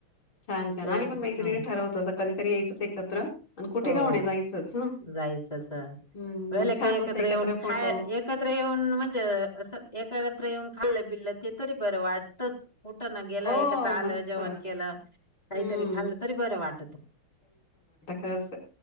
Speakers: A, on the left; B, on the left.
A: छान-छान
B: त्यातच
A: आम्ही पण मैत्रिणी
B: नाही.
A: ठरवतो. कधीतरी यायचंच एकत्र आणि कुठे
B: हो
A: का होईना जायचंच.
B: जायचंच हा.
A: हम्म
B: वेले
A: मग ते
B: <unintelligible>
A: छान
B: काही
A: मस्त
B: एकत्र येऊन
A: फोटो
B: खाय एकत्र येऊन म्हणजे असं. एकत्र येऊन खाल्लं-पिलं त तरी बरं वाटतच. कुठना गेलं
A: हो
B: एकत्र आलं
A: मस्त.
B: जेवण केलं. काहीतरी
A: हम्म
B: खाल्लं तरी बरं वाटत.
A: हस